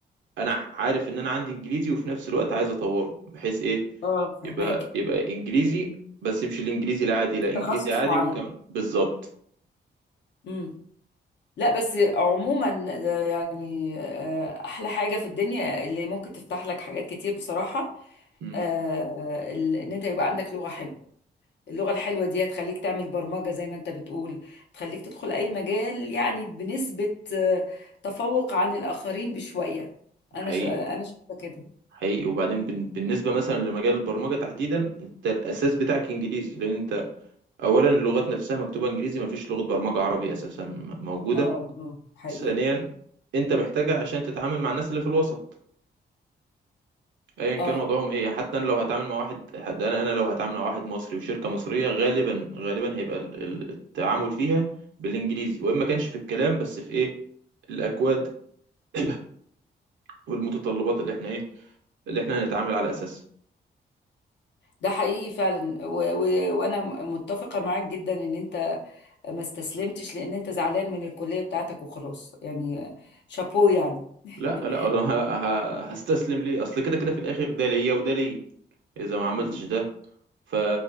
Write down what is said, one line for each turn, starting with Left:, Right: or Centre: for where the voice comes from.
Right: انا عارف ان انا عندي انجليزي وفي نفس الوقت عايز اطوره بحيث ايه
Left: اه فهماك
Right: يبقى يبقى انجليزي بس مش الانجليزي العادي لا انجليزي
Left: تخصص
Right: عادي
Left: معين
Right: وكمان بالظبط
Left: امم لا بس عموما ده يعني آه، احلى حاجه في الدنيا اللي ممكن تفتح لك حاجات كتير بصراحه
Right: امم
Left: آه، ال- ان انت يبقى عندك لغه حلوه اللغه الحلوه دي هتخليك تعمل برمجه زي ما انت بتقول تخليك تدخل اي مجال يعني بنسبه آه، تفوق عن الاخرين بشويه
Right: حقيقي
Left: انا ش... آه، انا شايفه كده
Right: حقيقي وبعدين بن- بالنسبه مثلا لمجال البرمجه تحديدا انت الاساس بتاعك انجليزي لان انت اولا اللغات نفسها مكتوبه انجليزي ما فيش لغه برمجه عربي اساسا موجوده
Left: اه اه حقيقي
Right: ثانيا انت محتاجها عشان تتعامل مع الناس اللي في الوسط ايا كان
Left: اه
Right: وضعهم ايه يعني حتى انا لو هتعامل مع واحد حتى انا انا لو هتعامل مع واحد مصري وشركه مصريه غالبا غالبا هيبقى ال- ال- التعامل فيها بالانجليزي وان ما كانش في الكلام بس في ايه الاكواد <coughs> والمتطلبات اللي احنا ايه اللي احنا هنتعامل على اساسها
Left: ده حقيقي فعلا و... و... وانا متفقه معاك جدا ان انت ما استسلمتش لان انت زعلان من الكلية بتاعتك وخلاص يعني شابوه يعني
Right: لا
Left: <laughs>
Right: لا أنا ه- ه- هستسلم ليه اصل كده كده في الاخر ده ليا وده ليا اذا ما عملتش
Left: مم.
Right: ده ف...